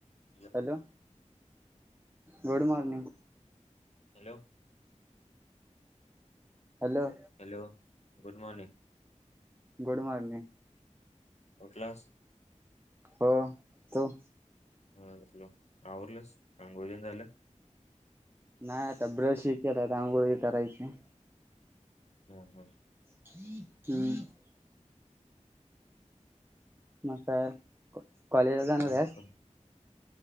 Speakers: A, on the left; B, on the right.
A: Hello
B: hello good morning
A: hello
B: hello
A: hello good morning
B: good morning
A: उठलास?
B: हो तो
A: हम्म हॅलो आवरलस आंघोळ तेन झालं?
B: नाही आता ब्रश ह केलाय अंघोळी ह करायची
A: हम्म हम्म
B: हम्म मग काय कॉलेजला जाणार
A: आज
B: आहेस?
A: पण